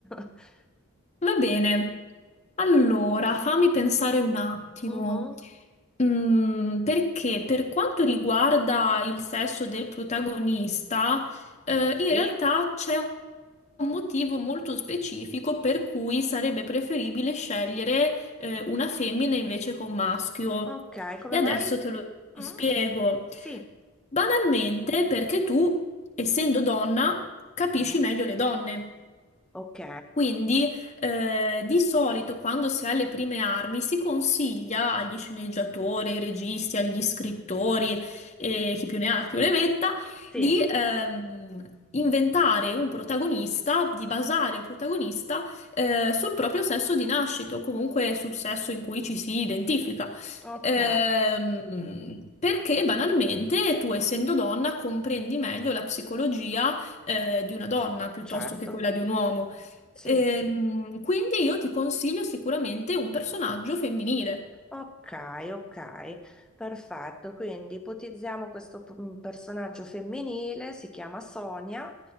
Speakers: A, in the centre; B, on the left (about 30°).
A: <laughs>
B: Va bene. Allora, fammi pensare un attimo.
A: Mhm.
B: Mm, perché per quanto riguarda il sesso del protagonista, eh,
A: Sì?
B: in realtà c'è un motivo molto specifico per cui sarebbe preferibile scegliere, eh, una femmina invece che un maschio.
A: Ok, come
B: E adesso
A: mai?
B: te lo
A: Mm?
B: spiego.
A: Sì.
B: Banalmente, perché tu, essendo donna, capisci
A: Mm?
B: meglio le donne.
A: Ok.
B: Quindi, eh, di solito quando si ha le prime armi si consiglia agli sceneggiatori, ai registi, agli scrittori, e chi più ne ha più ne metta,
A: Sì.
B: di ehm, inventare un protagonista, di basare il protagonista eh, sul proprio sesso di nascita o comunque sul sesso in cui ci si identifica.
A: Ok.
B: Ehm, perché banalmente tu, essendo donna, comprendi meglio la psicologia eh, di una donna piuttosto
A: Certo.
B: che quella di un uomo.
A: Sì.
B: Ehm, quindi io ti consiglio sicuramente un personaggio femminile.
A: Ok, ok, perfetto. Quindi ipotizziamo questo p- m, personaggio femminile, si chiama Sonia.